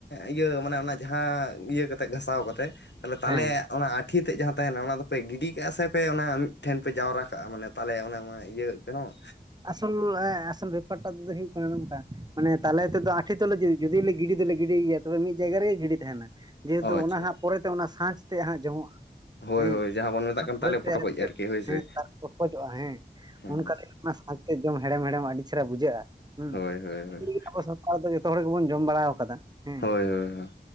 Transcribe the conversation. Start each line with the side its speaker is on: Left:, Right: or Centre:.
Left: ᱤᱭᱟᱹ ᱢᱟᱱᱮ ᱚᱱᱟ ᱡᱟᱦᱟᱸ ᱤᱭᱟᱹ ᱠᱟᱛᱮᱫ ᱜᱷᱟᱥᱟᱣ ᱠᱟᱛᱮᱫ ᱛᱟᱦᱚᱞᱮ ᱛᱟᱞᱮ
Right: ᱦᱮᱸ
Left: ᱚᱱᱟ ᱟᱴᱷᱤ ᱛᱮᱫ ᱡᱟᱦᱟᱸ ᱛᱟᱦᱮᱱᱟ ᱚᱱᱟ ᱫᱚᱯᱮ ᱜᱤᱰᱤ ᱠᱟᱜᱼᱟ ᱥᱮ ᱯᱮ ᱚᱱᱟ ᱢᱤᱫ ᱴᱷᱮᱱ ᱯᱮ ᱡᱟᱣᱨᱟ ᱠᱟᱜᱼᱟ ᱢᱟᱱᱮ ᱛᱟᱦᱚᱞᱮ ᱚᱱᱟ ᱢᱟ ᱤᱭᱟᱹ ᱠᱟᱱᱟ
Right: ᱟᱥᱚᱞ ᱮᱸ ᱟᱥᱚᱞ ᱵᱮᱯᱟᱨᱴᱟ ᱛᱮᱫᱚ ᱦᱩᱭᱩᱜ ᱠᱟᱱᱟ ᱱᱚᱝᱠᱟ ᱢᱟᱱᱮ ᱛᱟᱞᱮ ᱛᱮᱫᱚ ᱟᱴᱷᱤ ᱫᱚ ᱞᱮ ᱡᱩᱫᱤ ᱞᱮ ᱜᱤᱰᱤ ᱫᱚᱞᱮ ᱜᱤᱰᱤ ᱜᱮᱭᱟ᱾ ᱛᱚᱵᱮ ᱢᱤᱫ ᱡᱟᱭᱜᱟ ᱨᱮᱜᱮ ᱜᱤᱰᱤ ᱛᱟᱦᱮᱱᱟ ᱡᱮᱦᱮᱛᱩ
Left: ᱚ ᱟᱪᱪᱷᱟ
Right: ᱚᱱᱟ ᱦᱟᱸᱜ ᱯᱚᱨᱮᱛᱮ ᱚᱱᱟ ᱥᱟᱡᱽ ᱛᱮ ᱦᱟᱸᱜ ᱡᱚᱢᱚᱜᱼᱟ᱾
Left: ᱦᱳᱭ
Right: ᱦᱮᱸ
Left: ᱦᱳᱭ ᱡᱟᱦᱟᱸ ᱵᱚᱱ ᱢᱮᱛᱟᱜ ᱠᱟᱱ
Right: ᱯᱚᱨᱮ
Left: ᱛᱟᱞᱮ
Right: ᱛᱮ
Left: ᱯᱚᱴᱚᱠᱚᱡ
Right: ᱟᱨ ᱪᱮᱫ
Left: ᱟᱨᱠᱤ ᱦᱳᱭ ᱥᱮ
Right: ᱦᱮᱸ ᱫᱟ ᱯᱚᱴᱠᱚᱡᱚᱜᱼᱟ ᱦᱮᱸ
Left: ᱦᱮᱸ
Right: ᱚᱱᱠᱟᱞᱤᱧ ᱥᱟᱸᱥᱛᱮᱛ ᱡᱚᱢ ᱦᱮᱲᱮᱢ ᱦᱮᱲᱮᱢ ᱟᱹᱰᱤ ᱪᱮᱦᱨᱟ ᱵᱩᱡᱷᱟᱹᱜᱼᱟ ᱦᱩᱸ
Left: ᱦᱳᱭ ᱦᱳᱭ ᱦᱳᱭ
Right: <unintelligible> ᱟᱫᱚ ᱡᱚᱛᱚ ᱦᱚᱲ ᱜᱮᱵᱚᱱ ᱡᱚᱢ ᱵᱟᱲᱟᱣ ᱠᱟᱫᱟ ᱦᱮᱸ
Left: ᱦᱳᱭ ᱦᱳᱭ ᱦᱳᱭ